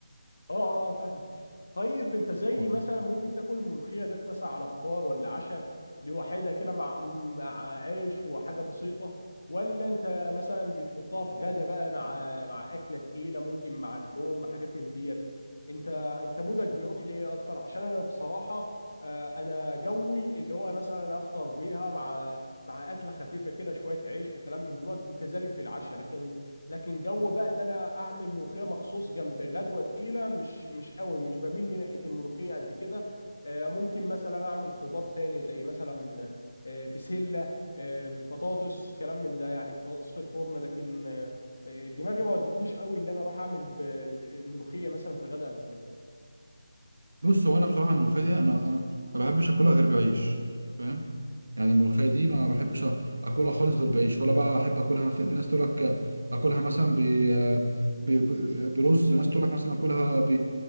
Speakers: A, on the left; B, on the right.
A: اه اه فاهم طيب انت زي
B: آه.
A: مثلا ممكن تاكل الملوخيه ديت مثلا على فطار ولا عشاء لوحدها كده مع مع عيش وحاجه بسيطه ولا انت مثلا بتحطها في غدا بقى مع مع اكله تقيله ممكن مع اللحوم مع حاجات من ديت انت انت مودك بيروح ليه اكتر عشان انا بصراحه آه، انا جوي اللي هو مثلا افطر بيها مع مع اكله خفيفه كده شويه عيش وكلام من دوت وكذلك في العشاء لكن لكن جو بقى اللي انا اعمل ملوخيه مخصوص جنب غدوه تقيله مش مش قوي مش بميل لناحيه الملوخيه قد كده آه، ممكن مثلا اعمل خضار تاني زي مثلا آه، بسله آه، بطاطس كلام من ده يعني بطاطس في الفرن لكن آه، آه، دماغي ما ودتنيش قوي اللي انا اروح اعمل ب- ب- ملوخيه مثلا في غدا قبل كده
B: بص هو انا بصراحه الملوخيه دي انا أنا ما بحبش اكلها غير بعيش فاهم يعني الملوخيه دي ما بحبش أ- اكلها خالص غير بعيش ولا بقى احب اكلها مثلا في ناس تقول لك اكلها مثلا ب ب- ب- برز ناس تقول لك مثلا اكلها ب